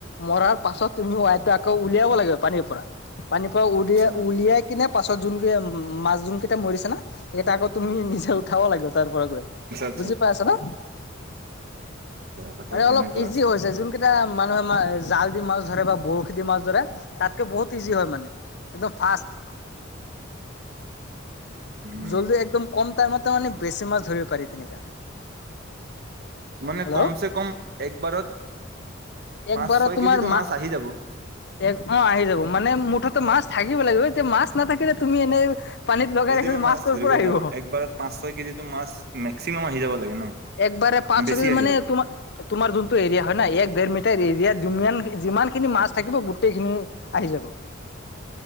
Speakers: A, on the left; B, on the right.
A: মৰাৰ পাছত তুমি ৱাইটো আকৌ উলিয়াব লাগিব পানীৰ পৰা। পানীৰ পৰা উলিয়াই
B: আচ্ছা
A: উলিয়াই কিনে পাছত যোন কেই উম মছ যোন কেইটা সেইে আকৌ তুমি নিজে উঠাব লাগিব তাৰ পৰা গৈ
B: আচ্ছা আচ্ছা
A: বুজি পাইছা না?
B: কথা
A: মানে অলপ
B: তেনেকুৱা
A: ইজি
B: আছে।
A: হৈছে যোন কেইটা মানুহে জাল দি মাছ ধৰে বা বৰশী দি মাছ ধৰে তাতকে বহুত ইজি হয় মানে। একদম ফাৰ্ষ্ট।
B: উম
A: জল্দি একদম কম টাইমতে মানে বেছি মাছ ধৰিব পাৰি তেনেকা।
B: মানে
A: হেল্ল'
B: কমছেকম একবাৰত
A: একবাৰত
B: পাঁচ ছয়
A: তোমাৰ
B: কেজিটো
A: মা
B: মাছ আহি যাব।
A: অ আহি যাব মানে মুঠতে মাছ থাকিব লাগিব এতিয়া মাছ নাথাকিলে তুমি এনেই পানীত লগাই
B: যদি
A: ৰাখিলে
B: মই মাছ
A: কৰ
B: ধৰিব
A: পৰা আহিব
B: যাওঁ, একবাৰত পাঁচ ছয় কেজি মাছ মেক্সিমাম আহি যাব লাগে ন?
A: একবাৰে পাঁচ
B: বেছি
A: ছয় কেজি
B: আহিব
A: মানে তোমাৰ যোনটো এৰিয়া হয় না এক দেৰ মিটাৰ এ এৰিয়াত যুম যিমান খিনি মাছ থাকিব গোটেই খিনি আহি যাব।